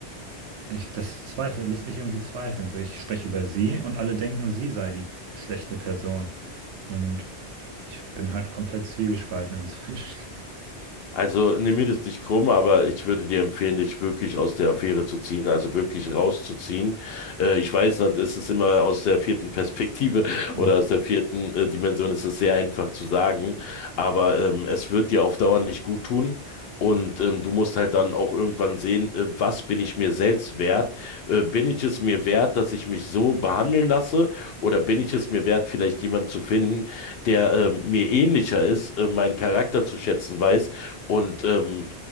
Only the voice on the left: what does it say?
Also nimm mir das nicht krumm, aber ich würde dir empfehlen, dich wirklich aus der Affäre zu ziehen, also wirklich rauszuziehen. Äh, ich weiß, dann ist es immer aus der vierten Perspektive <laughs>
oder aus der vierten äh, Dimension ist es sehr einfach zu sagen, aber ähm, es wird dir auf Dauer nicht gut tun. Und ähm, du musst halt dann auch irgendwann sehen, äh, was bin ich mir selbst wert? Äh, bin ich es mir wert, dass ich mich so behandeln lasse? Oder bin ich es mir wert, vielleicht jemanden zu finden, der ähm, mir ähnlicher ist, äh, meinen Charakter zu schätzen weiß? und ähm,